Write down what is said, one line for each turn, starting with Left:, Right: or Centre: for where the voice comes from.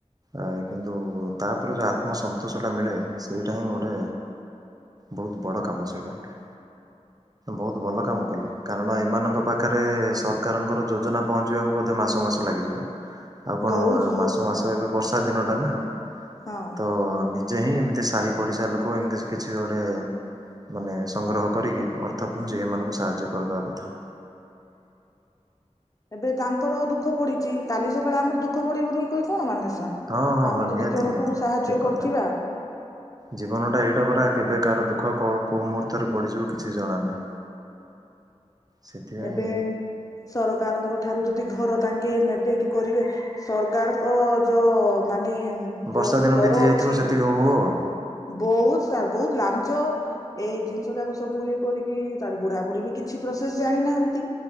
Right: ଆ କିନ୍ତୁ ତାପରେ ଯୋଉଁ ଆତ୍ମ ସନ୍ତୋଷ ଟା ମିଳେ ସେଇଟା ହିଁ ଗୋଟେ ବହୁତ ବଡ଼ କାମ ସେଇଟା ଗୋଟେ ବହୁତ ଭଲ କାମ କଲେ କାରଣ ଏମାନଙ୍କ ପାଖରେ ସରକାରଙ୍କର ଯୋଜନା ପହଞ୍ଚିବାକୁ ବୋଧେ ମାସ ମାସ ଲାଗିଯିବ। ଆଉ କଣ
Left: ବହୁତ ବହୁତ
Right: ମାସ
Left: ସା
Right: ମାସ ଏବେ ବର୍ଷା ଦିନଟା
Left: ହୁଁ
Right: ନା
Left: ହଁ
Right: ତ ଯେ ହିଁ ଏମିତି ସାହି ପଡିଶା ଲୋକ ଏମିତି କିଛି ଗୋଟେ ମାନେ ସଂଗ୍ରହ କରିକି ଅର୍ଥ ପୁଞ୍ଜି ଏମାନଙ୍କୁ ସାହାଯ୍ୟ କରିଦବା କଥା
Left: ଏବେ ତାଙ୍କର ଦୁଃଖ ପଡିଛି। କାଲି ସକାଳେ ଆମର ଦୁଃଖ ପଡିବନି କହି କଣ ମାନେ
Right: ହଁ ହଁ
Left: ଆମେ
Right: ହଁ ନିହାତି
Left: ଯଦି ଜଣଙ୍କୁ
Right: ନିହାତି
Left: ସାହାଯ୍ୟ
Right: ଠିକ କଥା।
Left: କରୁଥିବା
Right: ଜୀବନଟା ଏଇଟା ପରା କେବେ କାହାର ଦୁଃଖ କୋଉ ମୁହୂର୍ତ୍ତରେ ପଡିଯିବ କିଛି କିଛି ଜଣା ନାହିଁ। ସେଥିପାଇଁ
Left: ଏବେ ସରକାରଙ୍କ ଠାରୁ ଯଦି ଘର ତାଙ୍କେ ନେବେ କି କରିବେ ସରକାରଙ୍କ ଯୋଉଁ ମାନେ ହୁଁ
Right: ବର୍ଷା
Left: ଯୋଉଁ
Right: ଦିନ
Left: ସ୍ତର
Right: ବିତି ଯାଇଥିବ
Left: ଅଛି।
Right: ସେତିକି ହଉ ହଉ ଆଉ
Left: ବହୁତ ସାର ବହୁତ ଲାଞ୍ଚ ଏ ଜିନିଷ ଯାକ ସବୁ ଇଏ କରିକି ତାର ବୁଢାବୁଢ଼ୀ ବି କିଛି ପ୍ରୋସେସ ଜାଣିନାହାନ୍ତି।